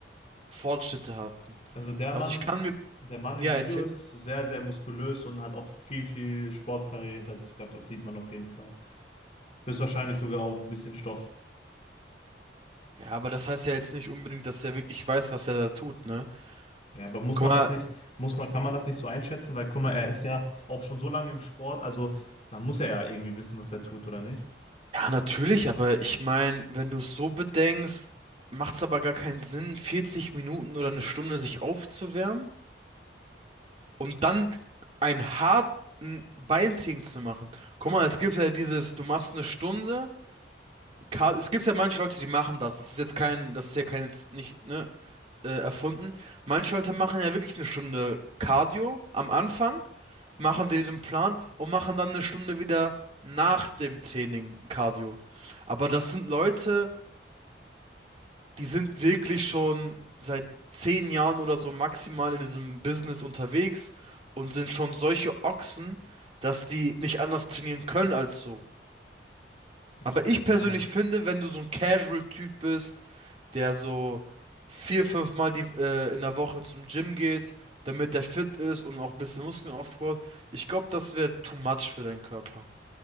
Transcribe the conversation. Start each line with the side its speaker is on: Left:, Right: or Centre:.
Right: Fortschritte hatten.
Left: Also der
Right: Also
Left: Mann,
Right: ich kann mir,
Left: der Mann
Right: ja,
Left: im Video
Right: erzählen.
Left: ist sehr, sehr muskulös und hat auch viel, viel Sportkarriere hinter sich gehabt. Das sieht man auf jeden Fall. Höchstwahrscheinlich sogar
Right: Hm.
Left: auf ein bisschen Stoff.
Right: Ja, aber das heißt ja jetzt nicht unbedingt, dass er wirklich weiß, was er da tut, ne?
Left: Ja, aber muss
Right: Guck
Left: man
Right: mal,
Left: das nicht, muss man, kann man das nicht so einschätzen? Weil, guck mal, er ist ja auch schon so lange im Sport, also da muss er ja irgendwie wissen, was er tut, oder nicht?
Right: ja, natürlich, aber ich meine, wenn du es so bedenkst, macht es aber gar keinen Sinn, 40 Minuten oder eine Stunde sich aufzuwärmen um dann einen harten Beintraining zu machen. Guck mal, es gibt ja dieses, du machst eine Stunde, Car- es gibt ja manche Leute, die machen das. Das ist jetzt kein, das ist ja kein, jetzt nicht, ne, äh, erfunden. Manche Leute machen ja wirklich eine Stunde Cardio am Anfang, machen den Plan und machen dann eine Stunde wieder nach dem Training Cardio. Aber das sind Leute, die sind wirklich schon seit zehn Jahren oder so maximal in diesem Business unterwegs und sind schon solche Ochsen, dass die nicht anders trainieren können als so.
Left: Ich
Right: Aber
Left: verstehe.
Right: ich persönlich finde, wenn du so ein Casual-Typ bist, der so vier, fünf Mal die, äh, in der Woche zum Gym geht, damit der fit ist und auch ein bisschen Muskeln aufbaut, ich glaube, das wäre too much für deinen Körper.